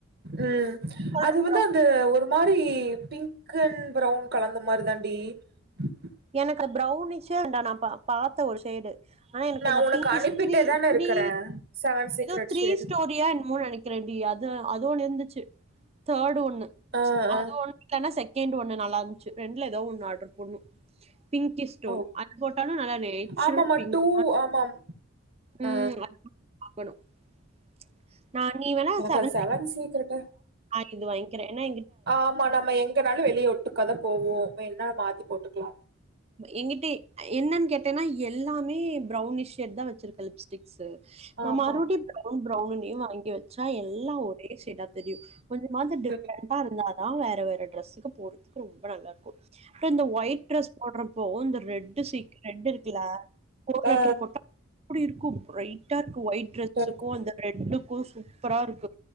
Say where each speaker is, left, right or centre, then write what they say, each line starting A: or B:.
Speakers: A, on the right; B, on the right.
A: ம்
B: சொல்றது
A: அது வந்து அந்த ஒரு மாரி பிங்க் அண்ட் ப்ரவுன் கலர்ந்த மாரி தான்டி ம் ச
B: எனக்கு பிர்ரௌனிஷே ண்டா நா பா பாத்த ஒரு சைடு ஆனா எனக்கு
A: நான்
B: அந்த
A: உனக்கு
B: பிங்க்ஷ்
A: அனுப்பிட்டே
B: திரீ
A: தானே இருக்கிறேன் செவன் சீக்ரெட்
B: ஏதோ திரீஸ்டோரியான்
A: ஷேடு
B: என்னமோ நெனைக்கற கென்டி அது அது ஒண்ணு இருந்துச்சு தேர்டு ஒண்ணு
A: ஆ ஆ
B: அது ஒண்ணு இல்லன்னா செகண்ட் ஒன்னு நல்லா இருந்துச்சு ரெண்டுல ஏதாவ ஒன்னு ஆர்டர் போட்ணு பிங்கிஷ் ஸ்டோன்
A: ஓ
B: அது போட்டாலு நல்லா நேச்சுரல்
A: ஆமாமா.
B: பிங்க்
A: ஆமாம்.
B: ம்
A: ஆ
B: <inaudible> நா நீ வேணா
A: எனக்கு
B: சவன்
A: அது சீக்ரெட்டு.
B: <inaudible> இது வாங்கிக்கிறே ஏனா
A: ஆமா நம்ம எங்கனாலு வெளியே ஒட்டுக்காத்தா போவோ வேனும்னா மாத்தி போட்டுக்லா
B: எங்கிட்ட என்னன்னு கேட்டேன்னா எல்லாமே பிரௌனிஷ் ஷேட் தா வெச்சிருக்க லிப்ஸ்டிக் ஸேட்ஸு நா
A: ஆமாமா.
B: மறுபடியு ப்ரௌவ்ன் ப்ரௌன்னே வாங்கி வச்சா எல்லா ஒரே சேடா தெரியு கொஞ்சமாது டிப்ரண்டா
A: சரி.
B: இருந்தா‌ தா வேற வேற ட்ரெஸ்க்கு போறதுக்கு ரொம்ப நல்லா இருக்கு அப்றோ இந்த ஒயிட் ட்ரெஸ் போட்றப்போ இந்த ரெட்டு சீ ரெட்டு இருக்குல கோட்
A: ஆ
B: லெட்டரு போட்டா அப்டி இருக்கு பிரைட்டா இருக்கும் ஒயிட் ட்ரெஸ்ஸுக்கும்
A: சரி.
B: அந்த ரெட்டுக்கு சூப்பரா இருக்கு